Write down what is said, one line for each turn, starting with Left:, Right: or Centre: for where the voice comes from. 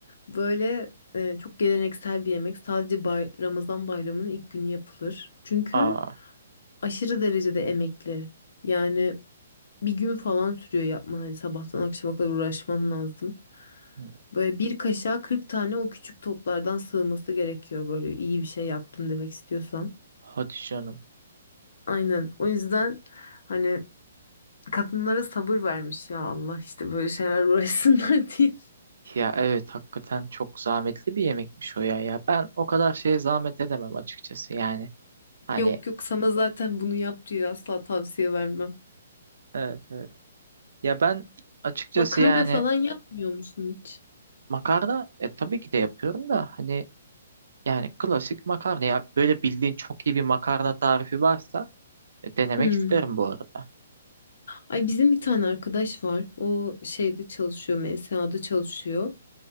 Left: böyle e, çok geleneksel bir yemek. Sadece bay- Ramazan bayramının ilk günü yapılır. Çünkü
Right: Aa,
Left: aşırı derecede emekli. Yani bir gün falan sürüyor yapman. Hani sabahtan akşama kadar uğraşman lazım.
Right: hı,
Left: Böyle bir kaşığa 40 tane o küçük toplardan sığması gerekiyor böyle iyi bir şey yaptım demek istiyorsan.
Right: hadi canım.
Left: Aynen. O yüzden hani kadınlara sabır vermiş ya Allah işte böyle şeyler uğraşsınlar <laughs> diye.
Right: Ya evet hakikaten çok zahmetli bir yemekmiş o ya ya. Ben o kadar şeye zahmet edemem açıkçası yani. Hani
Left: Yok yok sana zaten bunu yap diyor asla tavsiye vermem.
Right: evet evet. Ya ben açıkçası
Left: Makarna
Right: yani
Left: falan yapmıyor musun hiç?
Right: makarna e, tabii ki de yapıyorum da hani yani klasik makarna ya böyle bildiğin çok iyi bir makarna tarifi varsa e, denemek
Left: Hmm.
Right: isterim bu arada.
Left: Ay bizim bir tane arkadaş var. O şeyde çalışıyor, MSA'da çalışıyor.